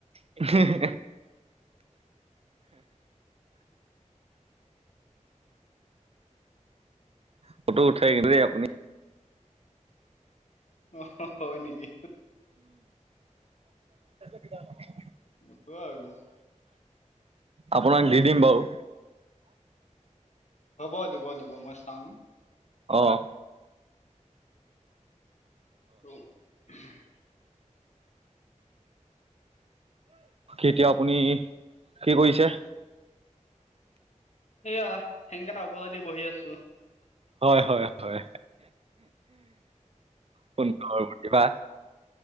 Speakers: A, on the right; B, on the left.
A: ফ <unintelligible> ফটো উঠে কিন্ত দেই আপুনি।
B: আহ হা হয় নেকি?
A: অ <unintelligible>
B: উঠো আৰু।
A: আপোনাক দি দিম বাৰু।
B: হ'ব দিব দিব মই চাম।
A: অহ।
B: অ <unintelligible>
A: এতিয়া আপুনি কি কৰিছে?
B: সেয়া ঠেংকেটা উপৰলে দি বহি আছো।
A: হয় হয় হয় সুন্দৰ। কিবা